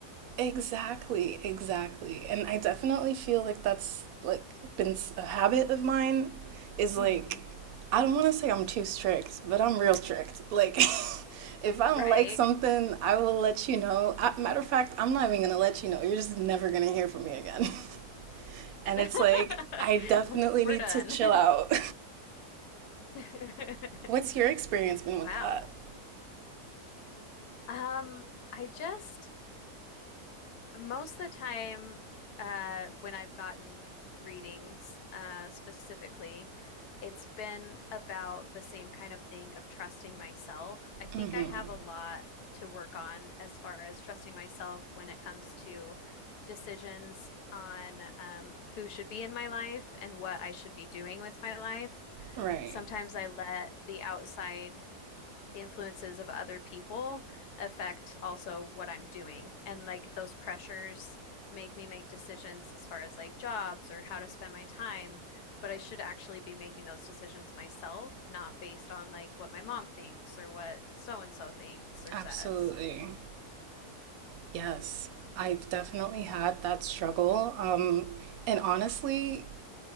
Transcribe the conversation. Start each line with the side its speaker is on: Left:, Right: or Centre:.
Right: Exactly, exactly. And I definitely feel like that's like been s- a habit of mine is
Left: <laughs>
Right: like
Left: hmm
Right: I don't want to say I'm too strict, but I'm real strict. Like <laughs> if I don't
Left: Right.
Right: like something, I will let you know. I, matter of fact, I'm not even going to let you know. You're just never going to hear from me again. <laughs> And
Left: <laughs>
Right: it's like I definitely
Left: We're
Right: need
Left: done.
Right: to chill out.
Left: <laughs>
Right: <laughs> What's your experience been
Left: Wow.
Right: with that?
Left: Um, I just Most of the time, uh, when I've gotten readings, uh, specifically, it's been about the same kind of thing of trusting myself. I think
Right: hmm
Left: I have a lot to work on as far as trusting myself when it comes to decisions on um, who should be in my life and what I should be doing with my life.
Right: Right.
Left: Sometimes I let the outside influences of other people affect also what I'm doing. And like those pressures make me make decisions as far as like jobs or how to spend my time. But I should actually be making those decisions myself, not based on like what my mom thinks or what so and so thinks or
Right: Absolutely.
Left: says.
Right: Yes, I've definitely had that struggle. Um, and honestly,